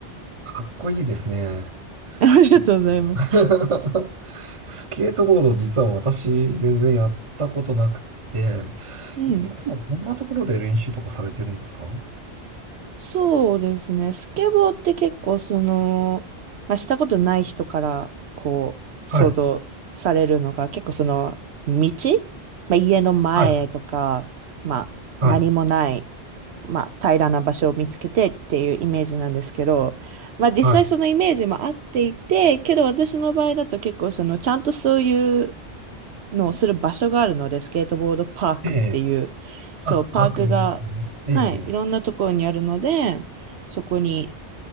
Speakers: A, on the right; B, on the right.
A: かっこいいですね。
B: <laughs> ありがとうございます。
A: ちょ <laughs> スケートボード、実は私、全然やったことなくて、
B: うん。
A: い、いつもどんなところで練習とかされてるんですか
B: そうですね。スケボーって結構その、まあ、したことない人からこう、
A: はい。
B: 想像されるのが結構その、道まあ、家の前とか、
A: はい。
B: まあ、
A: はい。
B: 何もないまあ、平らな場所を見つけてっていうイメージなんですけど、まあ、実際そのイメージも合っていて、
A: はい。
B: けど私の場合だと結構そのちゃんとそういうのをする場所があるので、スケートボードパークっていう、
A: ええ。
B: そう、
A: あ、
B: パークが、
A: 学部ですね。ええ。
B: はい、いろんなところにあるので、そこに